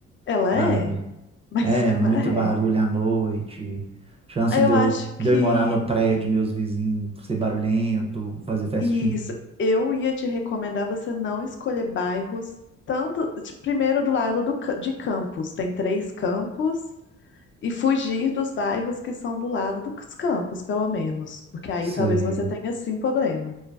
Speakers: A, on the left; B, on the right.
A: ela
B: sabe?
A: é, mas
B: É,
A: <laughs> ela
B: muito barulho
A: é.
B: à noite. Chance
A: Eu
B: de eu,
A: acho
B: de
A: que
B: eu ir morar no prédio, meus vizinhos ser barulhento, fazer festinha.
A: Isso, eu ia te recomendar você não escolher bairros tanto, ti- primeiro do lado do, ca- de campos, tem três campos, e fugir dos bairros que são do lado dos campos, pelo menos, porque aí
B: Sei.
A: talvez você tenha sim problema.